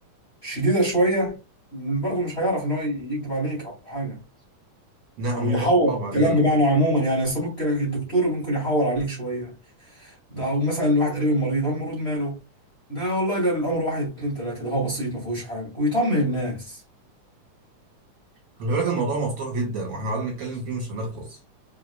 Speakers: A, on the left; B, on the right.
A: شديدة شوية برضه مش هيعرف ان هو يكذب عليك او حاجة
B: لا
A: او
B: الموضوع
A: يحور
B: صعب
A: في الكلام
B: عليه
A: بمعنى
B: يعني
A: عموما يعني اصل ممكن الدكتور ممكن يحور عليك شوية ده او مثلا واحد قريب المريض هو المريض ماله ده والله ده الامر واحد اتنين تلاتة ده هو بسيط ما فيهوش حاجة ويطمن الناس
B: خلي بالك الموضوع مفتوح جدا واحنا قعدنا نتكلم فيه مش هنخلص